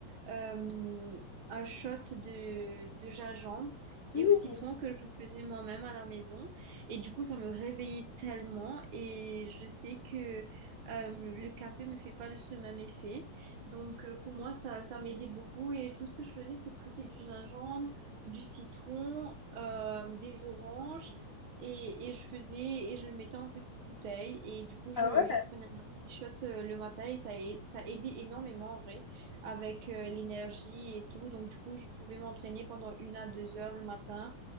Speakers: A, on the right; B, on the left.
A: euh, un shot de, de gingembre
B: Mhm.
A: et au citron que je faisais moi-même à la maison. Et du coup, ça me réveillait tellement et je sais que euh, le café me fait pas le- ce même effet. Donc, euh, pour moi, ça, ça m'aidait beaucoup et tout ce que je faisais, c'est presser du gingembre, du citron, euh, des oranges. Et, et je faisais et je le mettais en petite bouteille et du coup je,
B: Ah ouais?
A: je prenais un petit shot euh, le matin et ça, a- ça aidait énormément en vrai avec euh, l'énergie et tout. Donc, du coup, je pouvais m'entraîner pendant une à deux heures le matin.